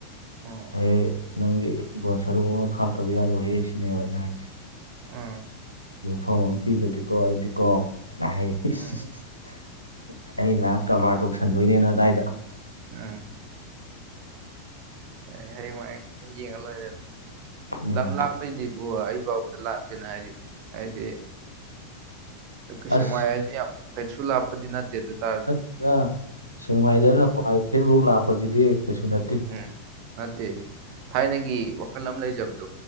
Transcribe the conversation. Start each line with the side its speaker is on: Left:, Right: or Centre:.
Right: ꯑꯣ
Left: ꯑꯩ ꯅꯪꯒꯤ ꯍꯤꯡꯒꯣꯜ ꯁꯔꯨꯛ ꯑꯃ ꯈꯥꯛꯇꯕ ꯌꯥꯔꯣꯏꯍꯦ ꯁꯤꯅꯦꯕ ꯑꯩꯅ ꯍꯥꯏꯁꯦ
Right: ꯎꯝ
Left: ꯌꯨꯝꯐꯝ ꯑꯃ ꯄꯤꯗꯨꯗꯤꯀꯣ ꯑꯩꯗꯤꯀꯣ <unintelligible>
Right: ꯎꯝ
Left: ꯑꯩ ꯂꯥꯛ ꯀꯔꯕꯥꯔ ꯇꯧꯁꯟꯗꯣꯏꯅꯦꯅ ꯑꯗꯥꯏꯗ
Right: ꯎꯝ ꯑꯦ ꯍꯌꯦꯋꯥꯏ ꯑꯗꯨ ꯌꯦꯡꯉ ꯂꯣꯏꯔꯦꯗ
Left: ꯎꯝ
Right: ꯂꯝ ꯂꯥꯞ ꯑꯩꯈꯣꯏꯗꯤꯕꯨ ꯑꯩ ꯐꯥꯎꯗ ꯂꯥꯞꯄꯦꯅ ꯍꯥꯏꯔꯤꯕꯅꯤ ꯍꯥꯏꯗꯤ ꯀꯩꯁꯛ
Left: ꯑꯁ
Right: ꯃꯥꯏ ꯍꯥꯏꯁꯦ ꯀꯩꯁꯨ ꯂꯥꯞꯄꯗꯤ ꯅꯠꯇꯦ ꯑꯗꯨ ꯇ
Left: ꯅꯠꯇ ꯁꯦꯡꯃꯥꯏꯗꯅ ꯀ꯭ꯋꯥ ꯏꯊꯦꯟꯐꯧ ꯂꯥꯛꯄꯁꯤꯗꯤ ꯀꯩꯁꯨ ꯅꯠꯇꯦ
Right: ꯎꯝ ꯅꯠꯇꯦ ꯊꯥꯏꯅꯒꯤ ꯋꯥꯈꯜ ꯑꯃ ꯂꯩꯖꯕꯗꯣ